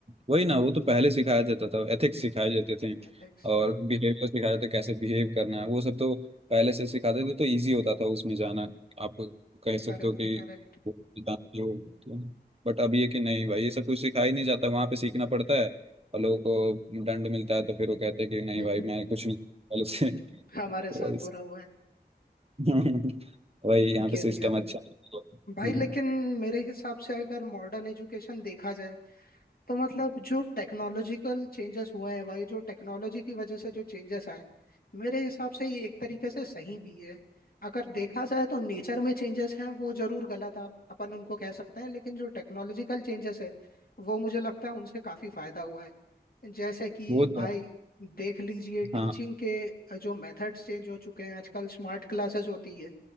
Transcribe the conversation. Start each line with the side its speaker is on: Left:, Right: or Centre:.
Right: वही ना वो तो पहले सिखाया जाता था एथिक्स सिखाए जाते थे
Left: एथिक्स
Right: और बिहेवियर सिखाया जाता था, कैसे बिहेव करना है वो सब तो पहले से सिखाते थे तो इजी होता था उसमें जाना आप कह सकते
Left: Correct
Right: हो कि
Left: correct
Right: वो जानते हो बट अब ये कि नहीं भाई ये सब कुछ सिखाया ही नहीं जाता वहां पे सीखना पड़ता है और लोगों को दंड मिलता है तो फिर वो कहते हैं कि नहीं
Left: <laughs>
Right: भाई मैं कुछ नहीं पहले से तो
Left: हमारे साथ
Right: वही
Left: बुरा हुआ है
Right: <laughs> वही यहाँ
Left: ये
Right: पे सिस्टम
Left: भी है
Right: अच्छा है।
Left: भाई
Right: हम्म।
Left: लेकिन मेरे हिसाब से अगर मॉडर्न एजुकेशन देखा जाए तो मतलब जो टेक्नोलॉजिकल चेंजेस हुए हैं भाई जो टेक्नोलॉजी की वजह से जो चेंजेस आए मेरे हिसाब से ये एक तरीके से सही भी है अगर देखा जाए तो नेचर में चेंजेस हैं वो जरूर गलत आप अपन उनको कह सकते हैं लेकिन जो टेक्नोलॉजिकल चेंजेस है वो मुझे लगता है उनसे काफी फायदा हुआ है जैसे कि
Right: वो तो
Left: भाई
Right: है।
Left: देख लीजिए टीचिंग
Right: हाँ
Left: के जो मेथड्स चेंज हो चुके हैं आजकल स्मार्ट क्लासेस होती है